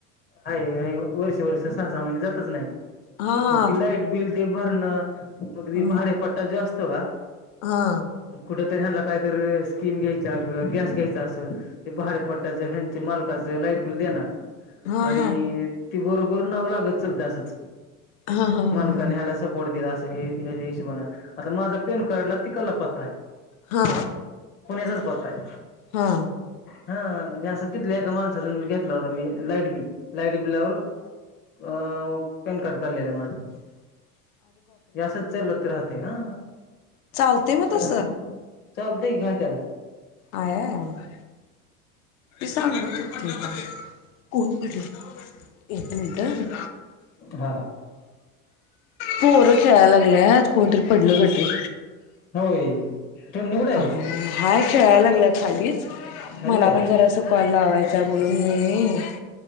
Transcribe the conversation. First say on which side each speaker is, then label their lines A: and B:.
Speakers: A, on the left (about 25°); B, on the left (about 65°).
A: हाय वर्ष, पोरीस सा सहा महिने जातचं नाही.
B: हा
A: मग ती लाईट बिल. ते भरणं, मग री
B: हा
A: भाडेपट्टा जास्त, तवा.
B: हा.
A: कुठेतरी ह्यांना काहीतरी स्कीम घ्यायचा, गं गॅस घ्यायचां असं ते भाडे पट्टाचं ह्यांच्या मालकाच. लाईट बील देणार,
B: हा
A: आणि ती बरोबर नाव लागत चलते असंच,
B: हा हा हा
A: मालकाने
B: ह
A: ह्याला सपोर्ट दिला अस. हे, हेच हिशोबन आता माझा पेन कार्डला तिकडला पत्ता आहे.
B: ह हा
A: पुण्याचच पत्ताय
B: हा
A: हा. <unintelligible> घेतला होता मी लाईट बिल. लाईट बिलावर, अ- पॅन कार्ड. काढलेल माझ. <unintelligible> ते हा.
B: चालतय ना
A: हे
B: तस-
A: असं चालतंय ना त्याला?
B: आया- <unintelligible> कोण पडलं? एक मिनटं हं. <inaudible>
A: हा हा
B: पोरं खेळायला लागल्यात. कोणतरी पडलं बहुतेक.
A: होय. टुन्नू कुठं आहे
B: का ह. खेळायला लागल्या खाली-
A: खालीच
B: मला
A: आहे
B: पण
A: काय
B: जरा सुकवायला लावाय- <unintelligible> म्हणून मी-